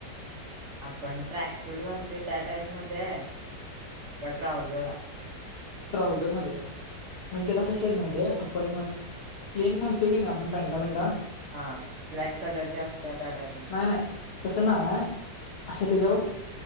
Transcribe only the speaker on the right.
आपणं ट्रॅक सूंट घालते त्यां टाईपमध्यें आहे कां ट्राऊझंर आहे
हां ब्लॅक कलरच्या असत्यांत त्यां टाईप मध्यें